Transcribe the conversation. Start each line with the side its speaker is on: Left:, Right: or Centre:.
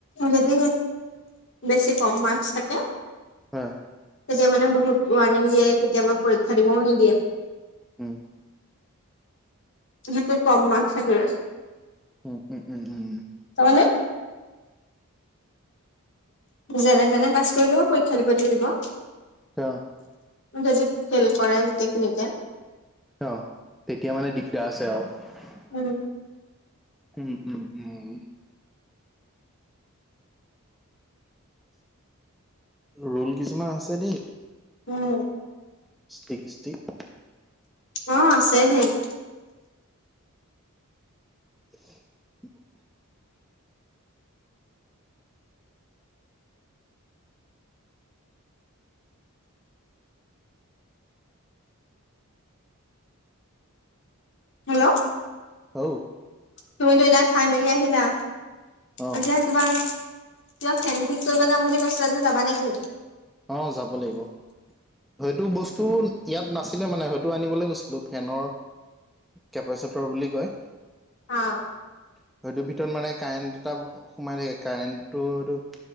Left: যদি বেছি কম মাৰ্ক্স থাকে,
Centre: হা
Left: তেতিয়া মানে বহুত ৱাৰণিং দিয়ে কেতিয়াবা পৰীক্ষা দিবও নিদিয়ে।
Centre: উম
Left: যিটোত কম মাৰ্ক্স থাকিলে
Centre: উম উম উম উম।
Left: তাৰ মানে যেনে তেনে পাছ কৰিলেও পৰীক্ষা দিব দি দিব
Centre: <unintelligible>
Left: যদি ফেল কৰে গোটেইখিনিতে
Centre: অঁ, তেতিয়া মানে দিগদাৰ আছে আৰু।
Left: উম
Centre: উম উম উম। ৰোল কিছুমান আছে যদি
Left: উম
Centre: ষ্টিক ষ্টিক
Left: অঁ আছে ধেৰ।
Centre: <inaudible>
Left: হেল্ল'!
Centre: ঔ
Left: তুমিতো এতিয়া খাই মেলি আহিলা
Centre: অ
Left: এতিয়া কিবা কিবা ফেন ঠিক কৰিব যাম বুলি কৈছিলা যে যাবা নে কি
Centre: অ যাব লাগিব সেইটো বস্তু ইয়াত নাছিলে মানে হ টু আনিবলৈ গৈছিলো ফেনৰ কেপেচেতৰ বুলি কয় সেইতো
Left: অ
Centre: ভিতৰত মানে কাৰেণ্টটো তাত সোমাই থাকে কাৰেণ্টটো হেটো